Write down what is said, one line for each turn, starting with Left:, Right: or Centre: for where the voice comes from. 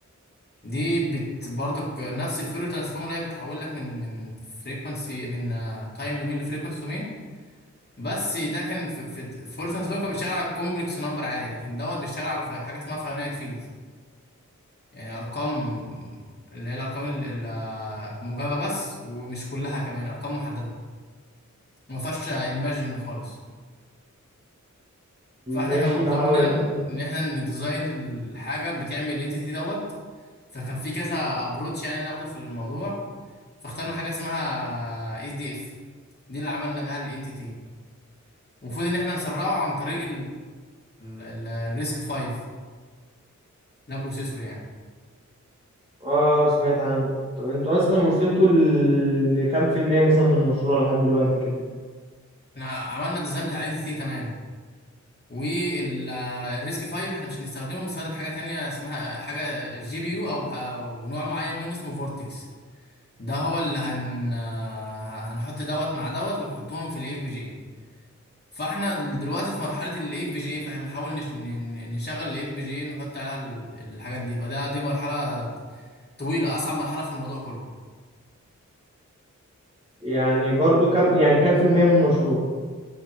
Left: دي بت برضك نفس الفورير ترانسفورم اللي هي بتحول لك من من فريكونسي من تايم دومين لفريكونسي دومين. بس ده كان في في فورس سوبر كان بيشتغل على كومبلكس نمبر عادي لكن دوت بيشتغل على في- حاجه اسمها فاينايت فيلد يعني ارقام اللي هي الارقام ال- ال- الموجبه بس ومش كلها كمان ارقام محدده ما فيهاش ايماجن خالص فاحنا
Right: ماشي
Left: كان مطلوب
Right: بحاول
Left: مننا ان احنا نديزاين الحاجه بتعمل الانتيتي دوت فكان في كذا ابروتش يعني ناخده في الموضوع فاخترنا حاجه اسمها اس دي اف دي اللي عملنا بها الانتيتي المفروض ان احنا نسرعه عن طريق الريسك 5 ده بروسيسور يعني
Right: اه سمعت عنه طب انتوا اصلا وصلتوا ل- لكام في المية مثلا من المشروع لحد دلوقتي كده
Left: احنا عملنا الديزاين بتاع الانتيتي تمام والريسك 5 احنا مش هنستخدمه بنستخدم حاجه تانية اسمها حاجه جي بي يو او أو نوع معين منه اسمه فورتكس ده هو اللي هن آه، هنحط دوت مع دوت ونحطهم في الاف بي جي اي فاحنا دلوقتي في مرحله الاف بي جي اي فاحنا بنحاول نش- ن- ن- نشغل الاف بي جي اي نحط عليها ال- الحاجات دي فده دي مرحله طويله اصعب مرحله في الموضوع كله
Right: يعني برضو كام يعني كام في المية من المشروع